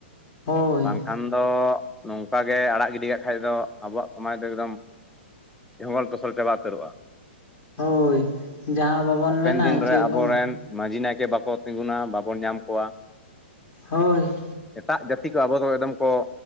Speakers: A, on the left (about 30°); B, in the centre.
A: ᱦᱳᱭ
B: ᱠᱷᱟᱱ ᱫᱚ ᱱᱚᱝᱠᱟ ᱜᱮ ᱟᱲᱟᱜ ᱜᱤᱰᱤ ᱠᱟᱜ ᱠᱷᱟᱡ ᱫᱚ ᱟᱵᱚᱣᱟᱜ ᱥᱚᱢᱟᱡᱽ ᱫᱚ ᱮᱠᱫᱚᱢ ᱡᱷᱚᱝᱜᱚᱞ ᱴᱚᱥᱚᱞ ᱪᱟᱵᱟ ᱩᱛᱟᱹᱨᱚᱜᱼᱟ
A: ᱦᱳᱭ ᱡᱟᱦᱟᱸ ᱵᱟᱵᱚᱱ
B: ᱦᱟᱯᱮᱱ
A: ᱢᱮᱱᱟ
B: ᱫᱤᱱ
A: <unintelligible>
B: ᱨᱮ ᱟᱵᱚᱨᱮᱱ ᱢᱟᱺᱡᱷᱤ ᱱᱟᱭᱠᱮ ᱵᱟᱠᱚ ᱛᱤᱸᱜᱩᱱᱟ ᱵᱟᱵᱚᱱ ᱧᱟᱢ ᱠᱚᱣᱟ
A: ᱦᱳᱭ
B: ᱮᱴᱟᱜ ᱡᱟᱹᱛᱤ ᱠᱚ ᱟᱵᱚ ᱫᱚ ᱮᱠᱫᱚᱢ ᱠᱚ